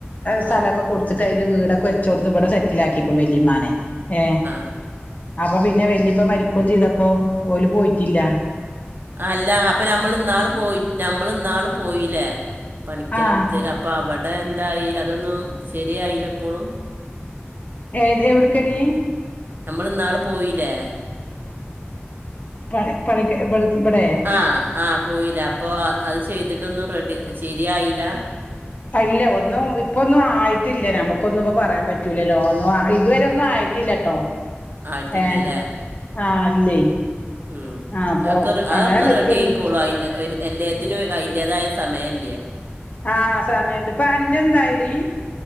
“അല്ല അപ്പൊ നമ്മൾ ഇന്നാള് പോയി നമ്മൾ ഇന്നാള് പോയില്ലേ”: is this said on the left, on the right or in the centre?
Right